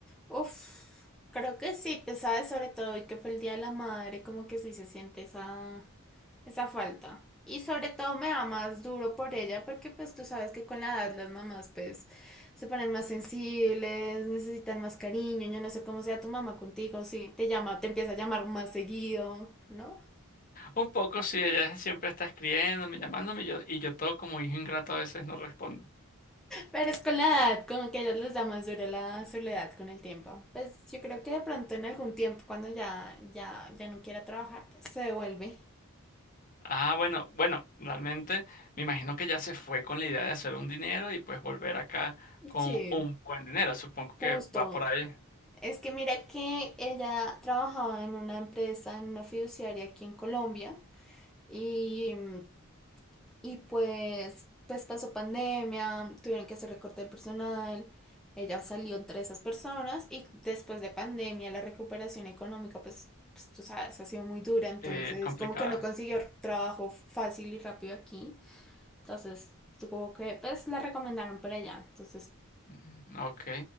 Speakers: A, in the centre; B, on the left.
A: Uf, creo que sí, pesada sobre todo y que fue el Día de la Madre, como que sí se siente esa, esa falta. Y sobre todo me da más duro por ella porque pues tú sabes que con la edad las mamás pues se ponen más sensibles, necesitan más cariño, yo no sé cómo sea tu mamá contigo, si te llama, te empieza a llamar más seguido, ¿no?
B: Un poco sí, ella siempre está escribiéndome, llamándome y yo, y yo todo como hijo ingrato a veces no respondo.
A: Pero es con la edad, como que a ellos les da más duro la soledad con el tiempo. Pues yo creo que de pronto en algún tiempo, cuando ya, ya, ya no quiera trabajar, pues se devuelve.
B: Ah, bueno, bueno, realmente me imagino que ya se fue con la idea de hacer un dinero y pues volver acá con
A: Sí.
B: un buen dinero. Supongo que
A: Justo.
B: va por ahí.
A: Es que mira que ella trabajaba en una empresa, en una fiduciaria aquí en Colombia, y mm, Y pues, pues pasó pandemia, tuvieron que hacer recorte de personal, ella salió entre esas personas y después de pandemia la recuperación económica pues, pues tú sabes, ha sido muy dura, entonces
B: Eh, es complicada.
A: como que no consiguió trabajo fácil y rápido aquí, entonces tuvo que, pues la recomendaron para allá, entonces
B: Mm, Ok.